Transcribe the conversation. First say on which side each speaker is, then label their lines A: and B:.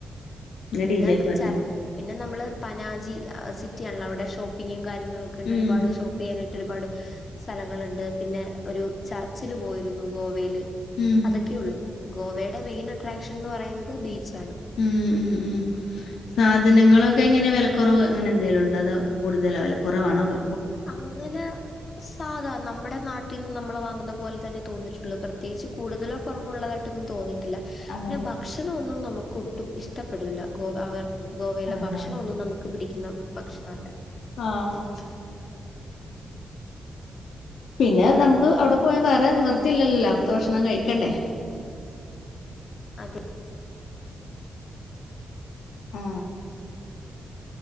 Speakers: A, on the left (about 50°); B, on the left (about 85°).
A: പിന്നെ
B: ഡി ജെ പാർട്ടി
A: ചർ പിന്നെ നമ്മള് പനാജി സിറ്റിയാണല്ലോ അവിടെ ഷോപ്പിങ്ങും കാര്യങ്ങളും ക്കെണ്ട്
B: ഉം
A: ഒരുപാട് ഷോപ്പ് പ്പ് ചെയ്യാനായിട്ട് ഒരുപാട് സ്ഥലങ്ങള്ണ്ട് പിന്നെ ഒരു ചർച്ചില് പോയിരുന്നു ഗോവയില്
B: ഉം
A: അതൊക്കെയൊള്ളു ഗോവയുടെ മെയിൻ അട്രാക്ഷൻ എന്ന് പറയുന്നത് ബീച്ചാണ്
B: ഉം ഉം ഉം ഉം സാധനങ്ങളൊക്കെ എങ്ങനെ വെലക്കുറവ് അങ്ങനെ എന്തേലും ഉണ്ടോ അതോ കൂടുതലോ വെലക്കൊറവാണോ അതോ
A: അങ്ങനെ സാധാ നമ്മുടെ നാട്ടിൽ നിന്ന് നമ്മള് വാങ്ങുന്ന പോലെ തന്നെ തോന്നിട്ടുള്ളു പ്രത്യേകിച്ച് കൂടുതലോ കൊറവും ഉള്ളതായിട്ടൊന്നും തോന്നിയിട്ടില്ല പിന്നെ
B: അതെ
A: ഭക്ഷണ ഒന്നും നമുക്ക് ഒട്ടും ഇഷ്ടപ്പെടൂല്ല ഗോവ അവർ ഗോവയിലെ
B: അതെ
A: ഭക്ഷണ ഒന്നും നമ് ക്ക് പിടിക്കുന്ന ഭക്ഷണം അല്ല
B: ആഹ്‌ ആഹ് പിന്നെ നമുക്ക് അവിടെ പോയാ വേറെ നിവർത്തിയില്ലല്ലാ അവിട്ത്തെ ഭക്ഷണം കഴിക്കണ്ടെ
A: അത്
B: ആ.